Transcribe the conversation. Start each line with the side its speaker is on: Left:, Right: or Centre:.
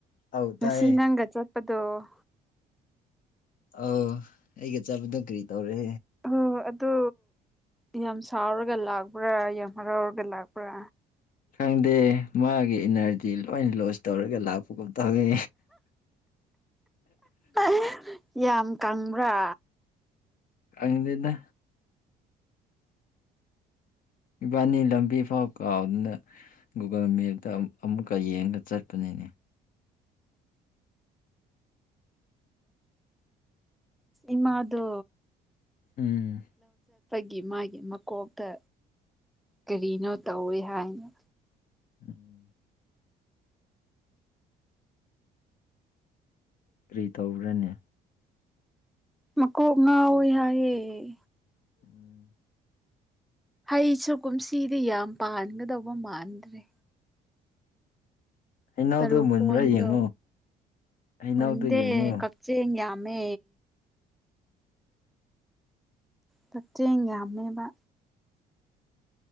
Left: ꯑꯧ
Centre: ꯉꯁꯤ
Left: ꯇꯥꯏꯌꯦ
Centre: ꯅꯪꯒ ꯆꯠꯄꯗꯣ
Left: ꯑꯧ ꯑꯩꯒ ꯆꯠꯄꯗꯣ ꯀꯔꯤ ꯇꯧꯔꯦ
Centre: ꯍꯣꯏ ꯑꯗꯨ ꯌꯥꯝ ꯁꯥꯎꯔꯒ ꯂꯥꯛꯄ꯭ꯔꯥ ꯌꯥꯝ ꯍꯔꯥꯎꯔꯒ ꯂꯥꯛꯄ꯭ꯔꯥ
Left: ꯈꯪꯗꯦ ꯃꯥꯒꯤ ꯏꯅꯔꯖꯤ ꯂꯣꯏꯅ ꯂꯣꯁ ꯇꯧꯔꯒ ꯂꯥꯛꯄꯒꯨꯝ ꯇꯧꯋꯦ
Centre: ꯑ <unintelligible> ꯌꯥꯝ ꯀꯪꯕ꯭ꯔꯥ
Left: ꯀꯪꯗꯦꯗ ꯏꯕꯥꯅꯤ ꯂꯝꯕꯤ ꯐꯥꯎ ꯀꯥꯎꯗꯅ ꯒꯨꯒꯜ ꯃꯦꯞꯇ ꯑꯃꯨꯛꯀ ꯌꯦꯡꯉꯥꯒ ꯆꯠꯄꯅꯤꯅꯦ
Centre: ꯏꯃꯥꯗꯣ
Left: ꯎꯝ
Centre: ꯒꯤ ꯃꯥꯒꯤ ꯃꯀꯣꯛꯇ ꯀꯔꯤꯅꯣ ꯇꯧꯏꯤ ꯍꯥꯏꯅ
Left: ꯎꯝ ꯀꯔꯤ ꯇꯧꯔꯅꯦ
Centre: ꯃꯀꯣꯛ ꯉꯥꯎꯋꯏ ꯍꯥꯏꯌꯦꯦ
Left: ꯎꯝ
Centre: ꯍꯩꯁꯨ ꯀꯨꯝꯁꯤꯗꯤ ꯌꯥꯝ ꯄꯥꯟꯒꯗꯧꯕ ꯃꯥꯟꯗ꯭ꯔꯦ
Left: ꯎꯝ ꯍꯩꯅꯧꯗꯣ
Centre: ꯁꯔꯄ
Left: ꯃꯨꯟꯕ꯭ꯔꯥ
Centre: ꯑꯣꯗ
Left: ꯌꯦꯡꯉꯣ ꯍꯩꯅꯧꯗꯣ
Centre: ꯑꯣꯗꯦ
Left: ꯌꯦꯡꯉꯣ
Centre: ꯀꯞꯆꯦ ꯍꯌꯥ ꯑꯃ ꯄꯠꯇꯦꯡꯉ ꯑꯃꯦꯕ